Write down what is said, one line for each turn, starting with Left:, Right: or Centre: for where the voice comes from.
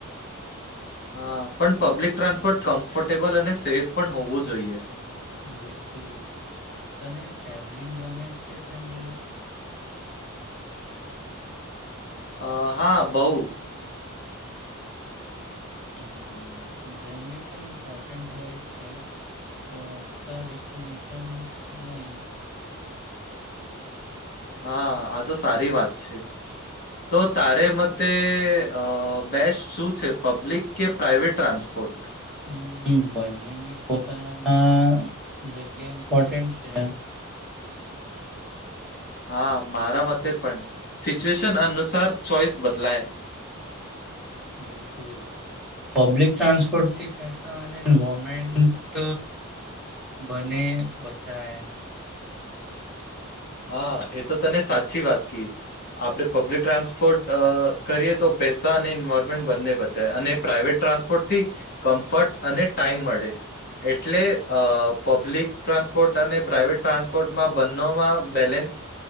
Left: હા પણ પબ્લિક ટ્રાન્સપોર્ટ કમ્ફર્ટેબલ અને સેફ પણ હોવું જોઈએ.
Centre: બિલકુલ તને ટ્રાવલિંગ ગમે છે જનરલી
Left: અ હા બઉ.
Centre: હમ જરની પણ ઇમ્પોર્ટન્ટ હોય છે. તો ફક્તા ડેસ્ટિનેશન નહી.
Left: હા આ તો સારી વાત છે.
Centre: <unintelligible>
Left: તો તારે મતે અ બેસ્ટ શું છે પબ્લિક કે પ્રાઈવેટ ટ્રાન્સપોર્ટ
Centre: હમ બંનેની પોતાના જગ્યા ઇમ્પોર્ટન્ટ છે.
Left: હા મારા મતે પણ સિચ્યુએશન અનુસાર ચોઈસ બદલાય.
Centre: બિલકુલ. પબ્લિક ટ્રાન્સપોર્ટ થી પૈસા અને એન્વોર્મેન્ટ બને બચાયે.
Left: હા એ તો તને સાચી વાત કી. આપણે પબ્લિક ટ્રાન્સપોર્ટ અ કરીએ તો પૈસા અને ઇન્વોલ્વમેન્ટ બંને બચાય અને પ્રાઇવેટ ટ્રાન્સ પોટ થી કમ્ફર્ટ અને ટાઈમ મળે. એટલે અ પબ્લિક ટ્રાન્સપોર્ટ અને પ્રાઈવેટ ટ્રાન્સપોર્ટમાં બંનોમાં બેલેન્સ